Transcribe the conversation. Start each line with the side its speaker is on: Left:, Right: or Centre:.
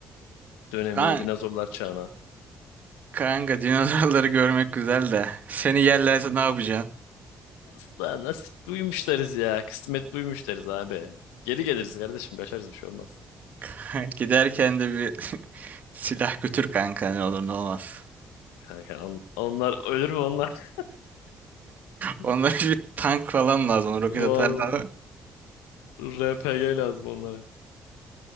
Left: dönemine,
Right: Kan
Left: dinozorlar çağına.
Right: kanka dinozorları görmek güzel de. Seni yerlerse ne yapacaksın?
Left: Usta nasip duymuş deriz ya. Kısmet duymuş deriz abi. Geri geliriz kardeşim. Kaçarız bir şey olmaz.
Right: <laughs> Giderken de bir <laughs> silah götür kanka ne olur ne olmaz.
Left: Kanka on- onlar ölür mü onlar? <laughs>
Right: Onda <laughs> bir tank falan lazım. ona Roket
Left: Vallahi
Right: atarlar.
Left: RPG lazım onlara.